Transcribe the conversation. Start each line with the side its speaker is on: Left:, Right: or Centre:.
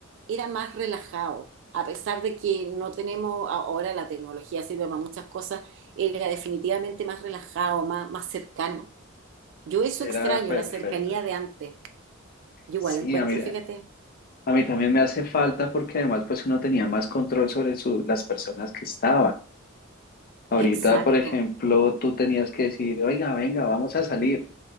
Right: era más relajado. A pesar de que no tenemos, ahora la tecnología sirve para muchas cosas, era definitivamente más relajado, más, más cercano. Yo eso
Left: Era
Right: extraño,
Left: perfecto.
Right: la cercanía de antes. Yo
Left: Sí,
Right: igual encuentro,
Left: a mí,
Right: fíjate,
Left: a mí también me hace falta porque además pues uno tenía más control sobre su- las personas que estaban. Ahorita,
Right: exacto.
Left: por ejemplo, tú tenías que decir, oiga, venga, vamos a salir.